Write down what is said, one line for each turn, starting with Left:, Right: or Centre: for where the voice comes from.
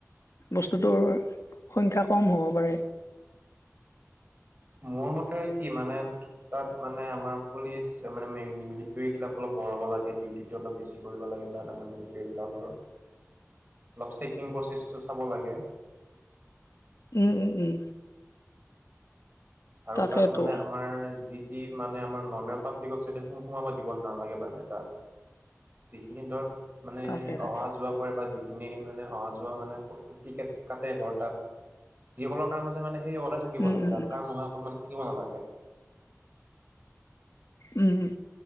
Left: বস্তুটোৰ সংখ্যা কম হ'ব পাৰে। <unintelligible>
Right: মোৰ মতে কি মানে তাত মানে আমাৰ পুলিচ মানে <unintelligible> মিলিত্ৰিবিলাক অলপ বঢ়াব লাগে ডিউটিত। ডিউটি অলপ বেছি কৰিব লাগে, তাত আমাৰ মিলিত্ৰী বিলাকৰ অলপ চেকিং প্ৰচেছটো <unintelligible> চাব লাগে। <inaudible>
Left: উম-উম-উম।
Right: আৰু
Left: তাকেতো
Right: তাত মানে আমাৰ যি <inaudible> যি মানে আমাৰ নৰ্মেল পাব্লিকক যাতে সো-সোমাব দিব নালাগে মানে তাত। <unintelligible> যিখিনি ধৰ মানে
Left: তাকে তাকে
Right: অহা-যোৱা কৰে বা যি <unintelligible> এনেই মানে অহা-যোৱা মানে টিকেট কাটে বৰ তাত যিসকলৰ কাম আছে মানে সেই সকলে <unintelligible> থাকিব
Left: উম,
Right: লাগে
Left: উম,
Right: তাত কাম নোহোৱা অকণমান থাকিব নালাগে।
Left: উম, উম,